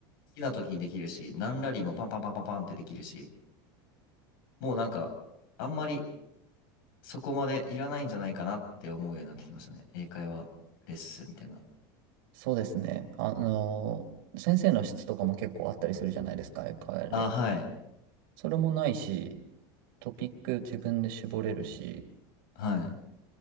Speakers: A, on the left; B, on the right.
A: 好きな時にできるし、何ラリーもパンパンパンパンパンってできるし、もうなんか、あんまりそこまでいらないんじゃないかなって思うようになってきましたね。英会話レッスンみたいな。
B: そうですね。あの先生の質とかも結構あったりするじゃないですか、変わ
A: あ、はい。
B: それもないし、トピック自分で絞れるし、
A: はい。